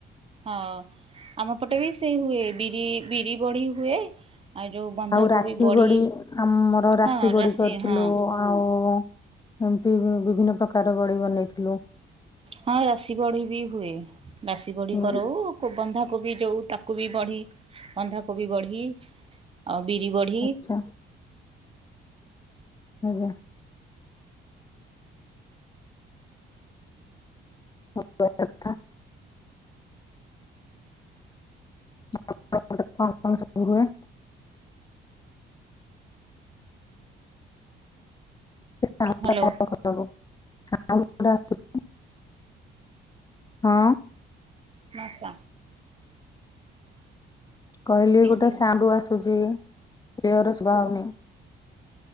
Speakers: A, on the right; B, on the left.
A: ହଁ ଆମ ପଟେ ବି ସେଇ ହୁଏ। ବିରି ବିରି ବଡ଼ି ହୁଏ। ଆଉ ଯୋଉ ବନ୍ଧାକୋବି
B: ଆଉ ରାଶି
A: ବଢି
B: ବଡି, ଆମର ରାଶି
A: ହଁ
B: ବଡି କରିଥିଲୁ
A: ହଁ
B: ଆଉ। ଏମତି ବିଭିନ୍ନ ପ୍ରକାର ବଡି ବନେଇଥିଲୁ।
A: ହଁ ରାଶି ବଢ଼ି ବି ହୁଏ। ରାଶି ବଡି
B: ହୁଁ
A: କରଉ ବନ୍ଧା କୋବି ଯୋଉ ତାକୁ କୁ ବଢ଼ି, ବନ୍ଧା କୋବି ବଢ଼ି ଆଉ ବିରି ବଢ଼ି।
B: ଆଚ୍ଛା ଆଜ୍ଞା। ହବା କଥା। ଆଉ ସେପଟେ କଣ କଣ ସବୁ ହୁଏ। ସାଉଣ୍ଡ
A: ହ୍ୟାଲୋ
B: ଟା। <inaudible> ସାଉଣ୍ଡ ପୁରା <inaudible> ହଁ।
A: ମାସା,
B: କହିଲି
A: ତିନି
B: ଗୋଟେ ସାଉଣ୍ଡ ଆସୁଛି କ୍ଲିୟର ସୁଭା ହଉନି।